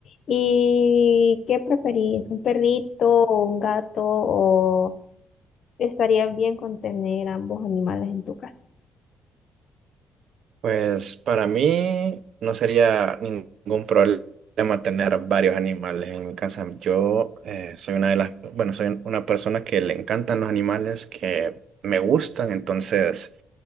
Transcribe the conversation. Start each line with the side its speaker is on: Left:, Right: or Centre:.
Left: ¿Y qué preferís? ¿Un perrito o un gato? ¿O estaría bien con tener ambos animales en tu casa?
Right: Pues para mí no sería ningún problema tener varios animales en mi casa. Yo eh, soy una de las, bueno, soy una persona que le encantan los animales, que me gustan, entonces